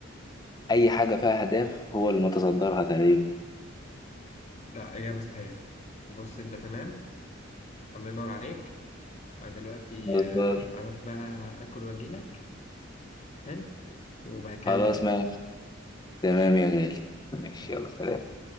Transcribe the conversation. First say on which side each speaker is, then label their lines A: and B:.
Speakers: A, on the left (about 20°); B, on the left (about 35°).
A: اي حاجه فيها اهداف هو اللي متصدرها تقريبا
B: ده إجابة صحيحة بص أنت تمام الله ينور عليك أنا دلوقتي
A: بالظبط.
B: آه، أروح بقى أكل وأجيلك حلو وبعد كده
A: خلاص
B: نكمل
A: ماشي تمام
B: ماشي.
A: يا غالي ماشي
B: تمام
A: يلا سلام